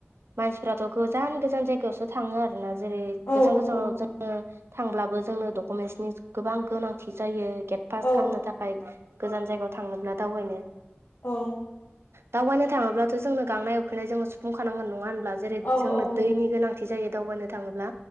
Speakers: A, on the right; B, on the left.
A: मानसिफ्राथ' गोजान-गोजान जायगायावसो थाङो आरोना जेरै
B: औ
A: गोजान गोजानाव
B: औ
A: जोङो थांब्लाबो जोंनो डकुमेन्टसनि गोबां गोनांथि जायो गेट पास
B: औ
A: खालामनो था खाय गोजान जायगायाव थांनोब्ला दावबायनो
B: औ
A: दावबायनो थाङोब्लाथ' जोंनो गांनाय उखैनाय जों सुफुंखानांगोन नङा होनब्ला? जेरै
B: औ
A: जोंनो
B: औ
A: दैनि
B: नंगौ
A: गोनांथि जायो दावबायनो थाङोब्ला